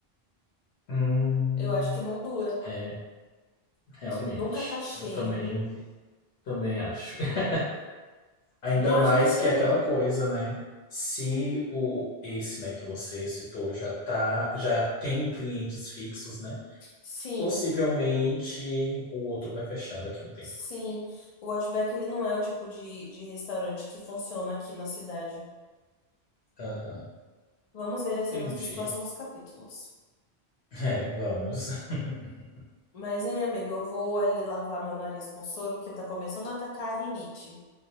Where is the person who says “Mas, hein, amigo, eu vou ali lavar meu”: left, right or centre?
Left